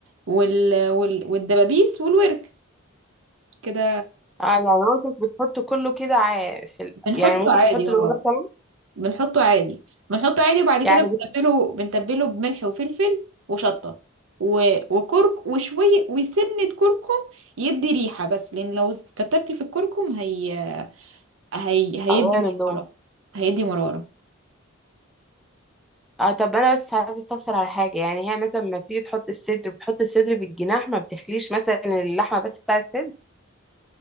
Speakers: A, on the right; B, in the centre.
A: وال... وال... والدبابيس والورك كده
B: اه يعني مامتك بتحط كله كده ع- في ال...
A: بنحطه
B: يعني ممكن
A: عادي
B: تحط
A: اه
B: له ده كمان
A: بنحطه عادي بنحطه عادي وبعد كده
B: يعني
A: بنتبله بنتبله بملح وفلفل وشطة و... وكرك وشوية وسنة كركم يدي ريحة بس لأن لو كترتي في الكركم هي... هي... هيدي
B: بتغير اللون
A: مرارة هيدي مرارة
B: اه طب انا بس عايزه استفسر على حاجه يعني هي مثلا لما تيجي تحط الصدر بتحط الصدر بالجناح ما بتخليش مثلا اللحمه بس بتاع الصدر